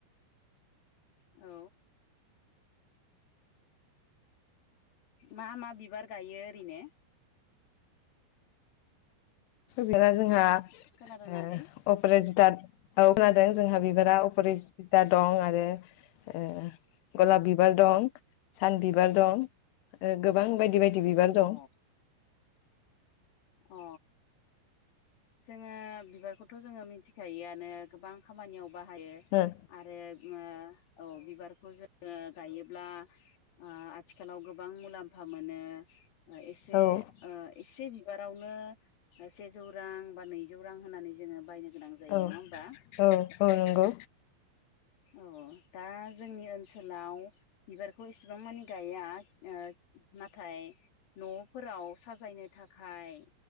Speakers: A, on the left (about 50°); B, on the left (about 80°).
A: औ। मा मा बिबार गायो ओरैनो?
B: बिफाया जोंहा ओ
A: खोनादोंना आगै
B: अपरजिताथ औ खोनादों। जोंहा बिबारा अफ फरिस फिदा दं, आरो ओ गलाब बिबार दं, सान बिबार दं, ओ गोबां बायदि बायदि बिबार
A: औ
B: दं।
A: अ, जोङो बिबारखौथ' जोङो मिथिखायोआनो गोबां खामानियाव बाहायो।
B: ओ
A: आरो ओ औ बिबारखौ जो ङो गायोब्ला ओ आथिखालाव गोबां मुलाम्फा मोनो ओ एसे
B: औ
A: ओ ए <unintelligible> बिबारावनो सेजौ रां, बा नैजौ रां होनानै जोङो बायनो गोनां जायो
B: औ
A: नङा होमबा
B: औ औ नंगौ।
A: औ दा जोंनि ओनसोलाव बिबारखौ एसेबां मानि गाया ओ नाथाय न'फोराव साजायनो था हाय